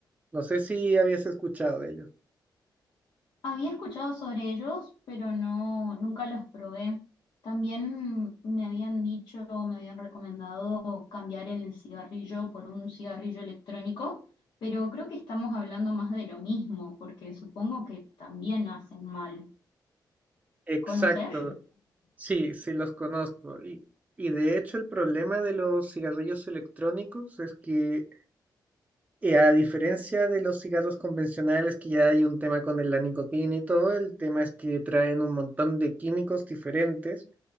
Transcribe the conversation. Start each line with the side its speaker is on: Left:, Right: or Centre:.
Right: No sé si habías escuchado de ellos.
Left: Había escuchado sobre ellos, pero no, nunca los probé. También me habían dicho, me habían recomendado cambiar el cigarrillo por un cigarrillo electrónico, pero creo que estamos hablando más de lo mismo, porque supongo que también hacen mal.
Right: Exacto,
Left: ¿Conoces?
Right: sí, sí los conozco. Y, y de hecho el problema de los cigarrillos electrónicos es que eh, a diferencia de los cigarros convencionales que ya hay un tema con la nicotina y todo, el tema es que traen un montón de químicos diferentes